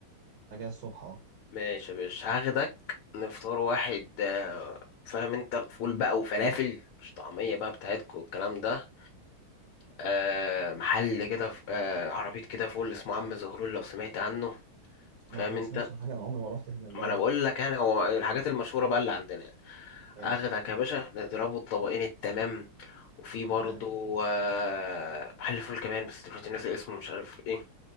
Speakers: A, on the right; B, on the left.
A: انا جاي الصبح اه
B: ماشي يا باشا هاخدك نفطار واحد آه، فاهم انت فول بقى وفلافل مش طعمية بقى بتاعتكو والكلام ده آه محل كده ف- آه عربية كده فول اسمه عم زهرول لو سمعت عنه
A: لا
B: فاهم
A: انا ما
B: انت
A: سمعتش عن حاجه انا عمري ما رحت هناك
B: ما
A: ده اول
B: انا بقول
A: مره
B: لك انا هو الحاجات
A: اه
B: المشهورة بقى اللي عندنا
A: ماشي
B: اخدك يا باشا نضربه الطبقين التمام وفي برضو
A: تمام
B: آه، محل فول كمان بس دلوقتي ناسي اسمه مش عارف ايه